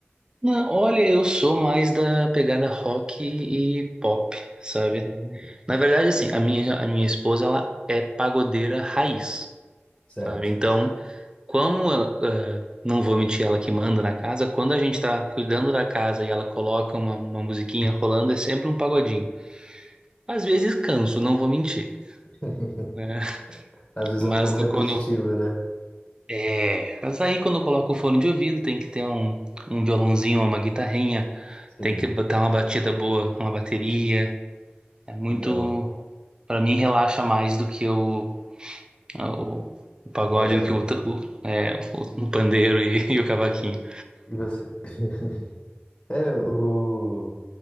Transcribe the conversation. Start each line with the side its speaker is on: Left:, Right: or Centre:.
Right: não, olha, eu sou mais da pegada rock e pop, sabe?
Left: Hum,
Right: Na verdade, assim, a minha, a minha esposa, ela é pagodeira raiz,
Left: certo.
Right: sabe? Então, como, eh, não vou mentir, ela que manda na casa, quando a gente tá cuidando da casa e ela coloca uma, uma musiquinha rolando, é sempre um pagodinho. Às vezes canso, não vou mentir,
Left: <laughs>
Right: né?
Left: Às vezes
Right: Mas
Left: é um pouco
Right: do-
Left: repetitivo,
Right: quando,
Left: né?
Right: É, mas aí quando coloca o fone de ouvido, tem que ter um, um violãozinho ou uma guitarrinha,
Left: Sim,
Right: tem que botar uma batida boa, uma bateria. É muito,
Left: legal.
Right: Pra mim relaxa mais do que o, o, o pagode,
Left: O pagode.
Right: do que o,
Left: né?
Right: ta- o, é, o, o pandeiro e, <laughs> e o cavaquinho.
Left: E você? <laughs> É, o...